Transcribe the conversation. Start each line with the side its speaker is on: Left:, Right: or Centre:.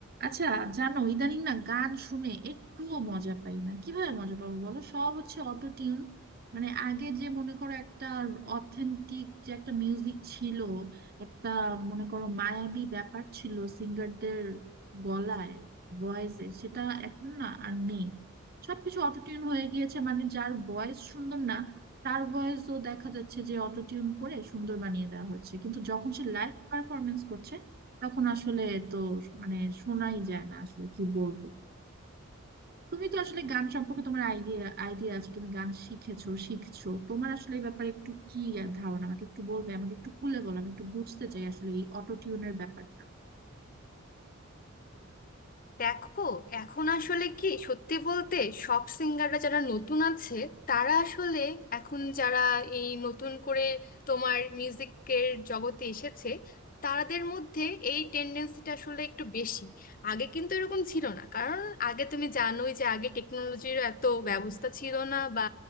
Right: আচ্ছা জানো ইদানিং না গান শুনে একটুও মজা পাই না কিভাবে মজা পাবো বলো সব হচ্ছে অটো টিউন মানে আগে যে মনে করো একটা অথেন্টিক যে একটা মিউজিক ছিল একটা মনে করো মায়াবী ব্যাপার ছিল সিঙ্গারদের গলায় ভয়েসে সেটা এখন না আর নেই সবকিছু অটো টিউন হয়ে গিয়েছে মানে যার ভয়েস সুন্দর না তার ভয়েসও দেখা যাচ্ছে যে অটো টিউন করে সুন্দর বানিয়ে দেওয়া হচ্ছে কিন্তু যখন সে লাইভ পারফরমেন্স করছে তখন আসলে তো মানে শোনাই যায় না আসলে কি বলবো তুমি তো আসলে গান সম্পর্কে তোমার আইডিয়া আইডিয়া আছে তুমি গান শিখেছো শিখছো তোমার আসলে এই ব্যাপারে একটু কি ধারণা আমাকে একটু বলবে আমাকে একটু খুলে বলো আমি একটু বুঝতে চাই আসলে এই অটো টিউনের ব্যাপারটা
Left: দেখো এখন আসলে কি সত্যি বলতে সব সিঙ্গাররা যারা নতুন আছে তারা আসলে এখন যারা এই নতুন করে তোমার মিউজিকের জগতে এসেছে তাদের মধ্যে এই টেন্ডেন্সিটা আসলে একটু বেশি আগে কিন্তু এরকম ছিল না কারণ আগে তুমি জানোই যে আগে টেকনোলজির এত ব্যবস্থা ছিল না বা